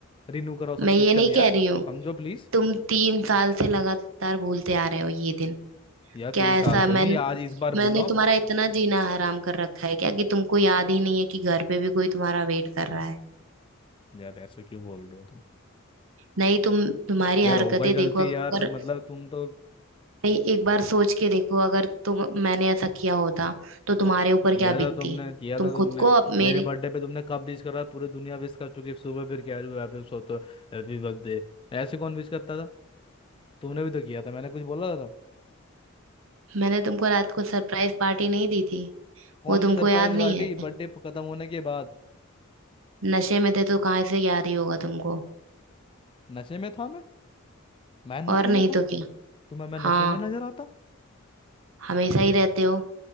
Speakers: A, on the left; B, on the right.
A: रिन्यू कराओ
B: मैं
A: सब्सक्रिप्शन
B: ये नहीं
A: यार
B: कह रही हूँ
A: समझो प्लीज
B: तुम तीन साल से लगातार भूलते आ रहे हो ये दिन
A: यार
B: क्या
A: तीन साल
B: ऐसा मैं
A: तो नहीं आज इस बार
B: मैंने
A: बोलो
B: तुम्हारा इतना जीना हराम कर रखा है क्या कि तुमको याद ही नहीं है कि घर पे भी कोई तुम्हारा वेट कर रहा है
A: यार ऐसे क्यों बोल रहे हो तुम
B: नहीं तुम तुम्हारी
A: यार
B: हरकतें
A: हो गई
B: देखो
A: गलती
B: अगर
A: यार मतलब तुम तो
B: नहीं एक बार सोच के देखो अगर तुम मैंने ऐसा किया होता तो तुम्हारे ऊपर
A: किया
B: क्या बीतती
A: था तुमने किया
B: तुम
A: था तुमने
B: खुद को अब
A: मेरे
B: मेरे
A: बर्थडे पे तुमने कब विश करा पूरी दुनिया विश कर चुकी है सुबह फिर क्या हुआ फिर सोते हैप्पी बर्थडे ऐसे कौन विश करता था तुमने भी तो किया था मैंने कुछ बोला था तब?
B: मैंने तुमको रात को सरप्राइज पार्टी नहीं दी थी
A: कौन
B: वो तुमको
A: सी सरप्राइज
B: याद नहीं
A: पार्टी
B: है
A: बर्थडे खत्म होने के बाद
B: नशे में थे तो कहाँ से याद ही होगा तुमको
A: नशे में था मैं मैं नशे
B: और
A: में
B: नहीं
A: था
B: तो क्या
A: तुम्हें मैं नशे
B: हाँ
A: में नजर आता हूँ
B: हमेशा ही रहते हो